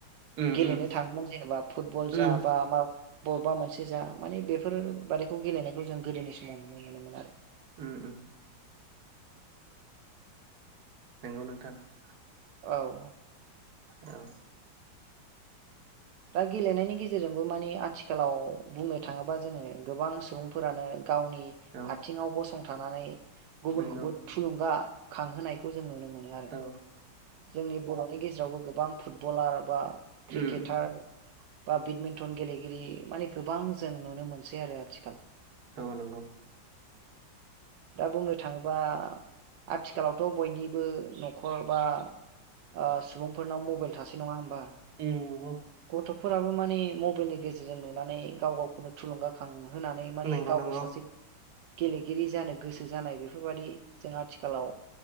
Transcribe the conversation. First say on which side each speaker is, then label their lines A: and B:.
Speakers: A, on the right; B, on the right.
A: उम
B: गेलेनो
A: उम
B: थाङोमोन जेनेबा फुटबल जा
A: उम
B: बा मा बबेबा मोनसे जा माने बेफोरबादिखौ गेलेनायखौ जों गोदोनि समाव नुनो मोनोमोन आरो ।
A: उम उम। नंगौ नोंथां ।
B: औ ।
A: औ ।
B: दा गेलेनायनि गेजेरजोंबो माने आथिखालाव बुंनो थाङोबा जोङो गोबां सुबुंफोरानो गावनि
A: औ
B: आथिङाव गसंथानानै गुबुनखौबो
A: नंगौ
B: थुलुंगा खांहोनायखौ जों नुनो मोनो आरो
A: औ
B: जोंनि बर'नि गेजेरावबो गोबां फुटबलार बा क्रिकेटार
A: उम
B: बा बेडमिन्टन गेलेगिरि माने गोबां जों नुनो मोनसै आरो आथिखाल ।
A: औ नंगौ ।
B: दा बुंनो थाङोबा आथिखालावथ' बयनिबो न'खर बा ओ सुबुंफोरनाव मबाइल थासै नङा होमबा ।
A: नंगौ
B: गथ'फोराबो माने मबाइलनि गेजेरजों नुनानै गाव गावखौनो थुलुंगाखाङो होनानै माने
A: नंगौ
B: गावबो
A: नंगौ
B: सासे गेलेगिरि जानो गोसो जानाय बेफोरबायादि जोंहा आथिखालाव